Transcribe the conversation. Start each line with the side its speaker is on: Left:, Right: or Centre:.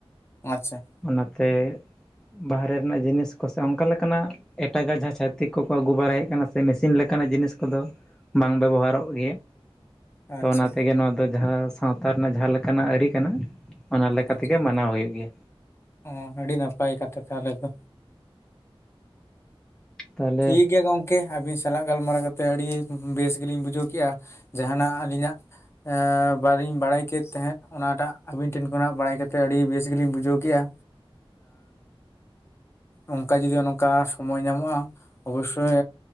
Left: ᱟᱪᱪᱷᱟ᱾
Centre: ᱚᱱᱟᱛᱮ ᱵᱟᱦᱨᱮ ᱨᱮᱱᱟᱜ ᱡᱤᱱᱤᱥ ᱠᱚ ᱥᱮ ᱚᱱᱠᱟ ᱞᱮᱠᱟᱱᱟᱜ᱾ ᱮᱴᱟᱜᱟᱜ ᱡᱟᱦᱟᱸ ᱪᱷᱟᱹᱛᱤᱠ ᱠᱚᱠᱚ ᱟᱹᱜᱩ ᱵᱟᱲᱟᱭᱮᱫ ᱠᱟᱱᱟ ᱥᱮ ᱢᱮᱥᱤᱱ ᱞᱮᱠᱟᱱᱟᱜ ᱡᱤᱱᱤᱥ ᱠᱚᱫᱚ᱾ ᱵᱟᱝ ᱵᱮᱵᱚᱦᱟᱨᱚᱜ ᱜᱮᱭᱟ᱾
Left: ᱟᱪᱪᱷᱟ
Centre: ᱛᱚ, ᱚᱱᱟᱛᱮ ᱜᱮ ᱱᱚᱣᱟ ᱫᱚ ᱡᱟᱦᱟᱸ ᱥᱟᱶᱛᱟ ᱨᱮᱱᱟᱜ ᱡᱟᱦᱟᱸ ᱞᱮᱠᱟᱱᱟᱜ ᱟᱹᱨᱤ ᱠᱟᱱᱟ ᱚᱱᱟ ᱞᱮᱠᱟᱛᱮ
Left: ᱟᱪᱪᱷᱟ
Centre: ᱜᱮ ᱢᱟᱱᱟᱣ ᱦᱩᱭᱩᱜ ᱜᱮᱭᱟ᱾
Left: ᱚ, ᱟᱹᱰᱤ ᱱᱟᱯᱟᱭ ᱠᱟᱛᱷᱟ ᱛᱟᱦᱚᱞᱮ ᱫᱚ᱾
Centre: ᱛᱟᱦᱚᱞᱮ
Left: ᱴᱷᱤᱠ ᱜᱮᱭᱟ ᱜᱚᱝ ᱠᱮ ᱟᱹᱵᱤᱱ ᱥᱟᱞᱟᱜ ᱜᱟᱞᱢᱟᱨᱟᱣ ᱠᱟᱛᱮ ᱟᱹᱰᱤ ᱵᱮᱥ ᱜᱮᱞᱤᱧ ᱵᱩᱡᱷᱟᱹᱣ ᱠᱮᱜᱼᱟ᱾ ᱡᱟᱦᱟᱸᱱᱟᱜ ᱟᱹᱞᱤᱧᱟᱜ ᱮ ᱵᱟᱹᱞᱤᱧ ᱵᱟᱲᱟᱭ ᱠᱮᱫ ᱛᱟᱦᱮᱸᱫ, ᱚᱱᱟᱴᱟᱜ ᱟᱹᱵᱤᱱ ᱴᱷᱮᱱ ᱠᱷᱚᱱᱟᱜ ᱵᱟᱲᱟᱭ ᱠᱟᱛᱮ ᱟᱹᱰᱤ ᱵᱮᱥ ᱜᱮᱞᱤᱧ ᱵᱩᱡᱷᱟᱹᱣ ᱠᱮᱜᱼᱟ᱾ ᱚᱱᱠᱟ ᱡᱩᱫᱤ ᱱᱚᱝᱠᱟ ᱥᱚᱢᱚᱭ ᱧᱟᱢᱚᱜᱼᱟ, ᱚᱵᱚᱥᱥᱳᱭ,